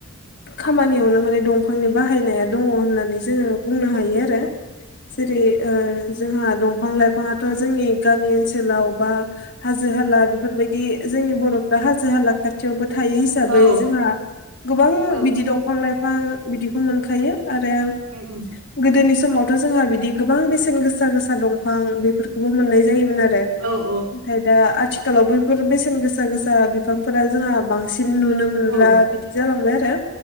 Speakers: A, on the left; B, on the right.
A: खामानियावनो माने दंफांनि बाहायनाया दङ होननानै जोङो बुंनो हायो आरो। जेरै ओ जोंहा दंफां लाइफाङाथ' जोंनि गामि ओनसोल नाव बा हाजो हाला बेफोरबायदि जोंनि बर'फ्रा हाजो हाला खाथियावबो थायो हिसाबै
B: औ
A: जोंहा गोबां
B: औ
A: बिदि दंफां लाइफां बिदिखौ मोनखायो आरो
B: <inaudible>
A: गोदोनि समावथ' जोंहा बिदि गोबां बेसेन गोसा गोसा दंफां बेफोरखौबो मोननाय जायोमोन आरो।
B: औ -औ।
A: नाथाय दा आथिखालाव बैफोर बेसेन गोसा गोसा बिफांफोरा जोंहा बांसिन नुनो मोन मोनला
B: औ
A: बिदि जालांबाय आरो